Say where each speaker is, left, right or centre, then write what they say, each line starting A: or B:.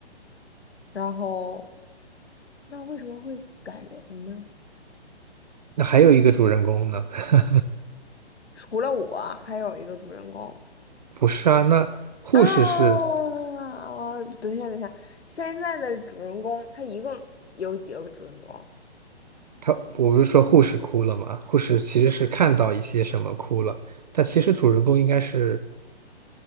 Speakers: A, on the left (about 75°); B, on the right (about 40°).
A: 然后那为什么会感人呢？
B: 那还有一个主人公呢，<laughs>
A: 除了我，还有一个主人公
B: 不是啊？那护士是
A: 啊，哦，等一下，等一下，现在的主人公他一共有几个主人公？
B: 他，我不是说护士哭了吗？护士其实是看到一些什么哭了，但其实主人公应该是